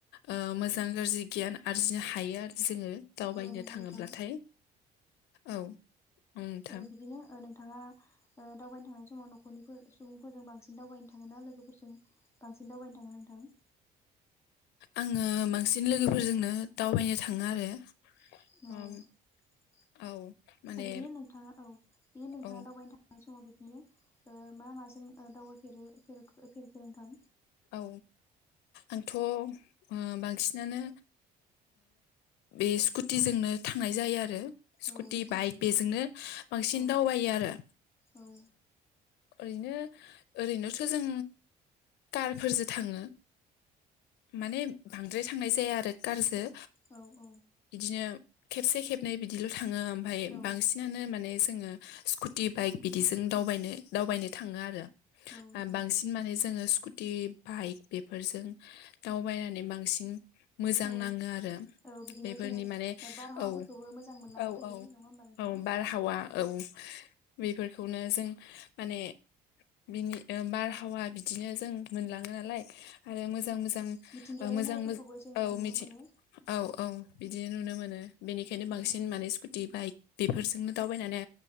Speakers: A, on the left; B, on the left.
A: ओ मोजां गाज्रि गियान आरजिनो हायो आरो नोङो। दावबायनो
B: औ नंगौ
A: थाङोब्लाथाय
B: नोंथां
A: औ नोंथां
B: ओ बिदिनो ओ नोंथाङा ओ दावबायनो थांनाय समाव नख नखरनिफोर सुबुंफोरजों बांसिन दावबायनो थाङोना लोगोफोरजों बांसिन दावबायनो थाङो नोंथां?
A: आङो बांसिन लोगोफोरजोंनो दावबायनो थाङो आरो
B: औ
A: ओम औ माने
B: बिदिनो नोंथाङा औ बिदिनो नोंथाङा
A: औ
B: दावबायनो थां समाव बिदिनो ओ मा मा जों ओ दावबायफेरो फेरखो नोंथां?
A: औ आंथ' ओ बांसिनानो बे स्कुटिजोंनो थांनाय जायो आरो स्कुटि
B: औ नंगौ।
A: बाइक बेजोंनो बांसिन
B: औ
A: दावबायो आरो
B: औ
A: ओ ओरैनो ओरैनोथ' जों कारफोरजों थाङो माने बांद्राय थांनाय जाया आरो कारजों
B: औ औ
A: बिदिनो खेबसे खेबनै बिदिल' थाङो ओमफ्राय
B: औ
A: बांसिनानो माने जोङो स्कुटि बाइक बिदिजों दावबायनो दावबायनो थाङो आरो
B: औ नंगौ
A: बांसिन माने जोङो स्कु टि बाइक बेफोरजों दावबायनानै बांसिन मोजां
B: औ
A: नाङो आरो
B: औ बिदिनो
A: बेफोरनि
B: जोङो
A: माने
B: बारहावाफोरखौबो
A: औ
B: मोजां मोनलांबाय
A: औ
B: थायो
A: औ
B: नङा होमबा नोंथां?
A: औ बारहावा औ बेफोर बेखौनो जों माने बिनि बारहावा बिदिनो जों मोनलाङो नालाय आरो मोजां मोजां
B: मिथिंगायारि
A: मोजां
B: महरफोरखौबो जोङो
A: औ
B: नुनो
A: मिथि
B: मोनो
A: औ औ बि बिदि नुनो मोनो बेनिखायनो बांसिन
B: औ
A: माने स्कुटि बाइक बेफोरजोंनो दावबायनानै